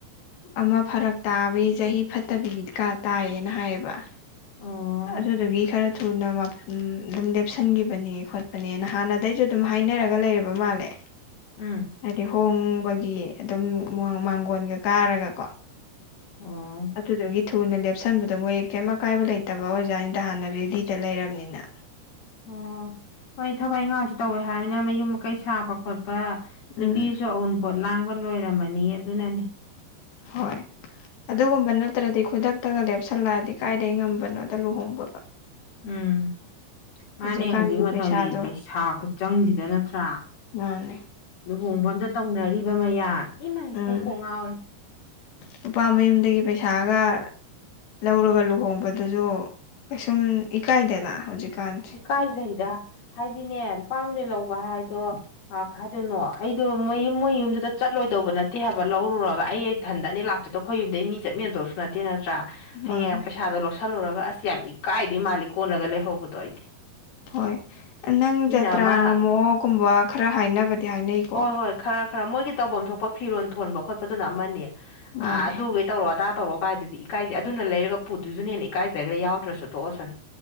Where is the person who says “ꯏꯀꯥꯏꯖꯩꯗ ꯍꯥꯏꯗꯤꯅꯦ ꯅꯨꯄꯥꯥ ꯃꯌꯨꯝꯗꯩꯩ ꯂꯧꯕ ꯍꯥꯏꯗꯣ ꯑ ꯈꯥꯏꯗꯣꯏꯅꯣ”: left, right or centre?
Left